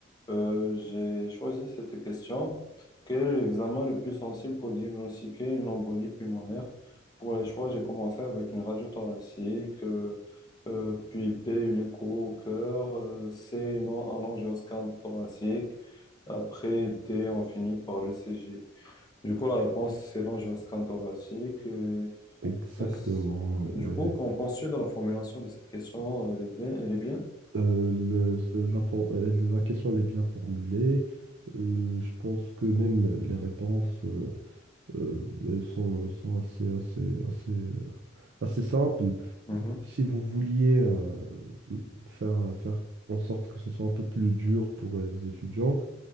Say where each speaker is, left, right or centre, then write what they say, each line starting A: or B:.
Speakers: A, on the left; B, on the right.
A: Euh, j'ai choisi cette question. Quel est l'examen le plus sensible pour diagnostiquer une embolie pulmonaire? Pour les choix, j'ai commencé avec une radio thoracique, euh, euh, puis B, une écho au cœur, euh, C, une, an- un angioscan thoracique. Après D, on finit par le CG. Du coup, la réponse, c'est l'angioscan thoracique. Et-
B: Exactement,
A: et c- du
B: ouais.
A: coup, qu'en penses-tu de la formulation de cette question? Elle est bien? Elle est bien?
B: Euh, le- le- la, for- euh, la question, elle est bien formulée. Euh, je pense que même les réponses, euh, euh, elles sont, sont assez, assez, assez assez simple.
A: Mhm.
B: Si vous vouliez euh, faire, euh, faire en sorte que ce soit un peu plus dur pour euh, les étudiants,